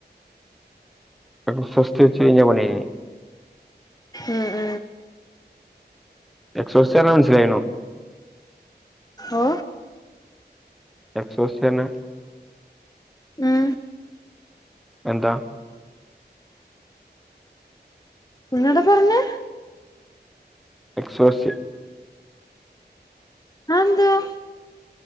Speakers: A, in the centre; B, on the left (about 20°).
A: എക്സോ സ് വച്ച് കഴിഞ്ഞാപണി കഴിഞ്ഞ്
B: ആഹ്
A: എക്സോസിയറ്ഞ്ഞാ മനസിലായിണോ
B: ഓ
A: എക്സോസിയറ്ഞ്ഞാ
B: ങാ
A: എന്താ
B: ഒന്നോടെ പറഞ്ഞേ
A: എക്സോസി
B: അ എന്തുവാ